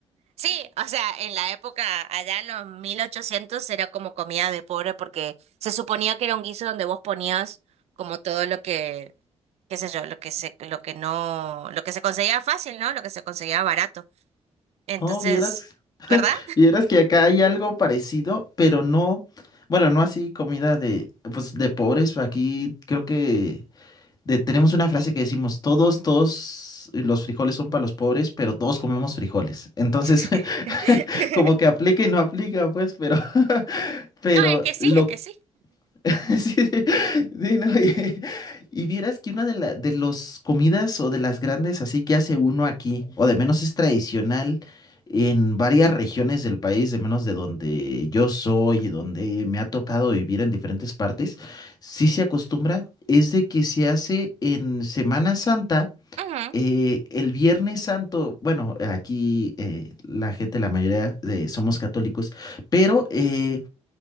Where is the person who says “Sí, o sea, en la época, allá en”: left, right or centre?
Right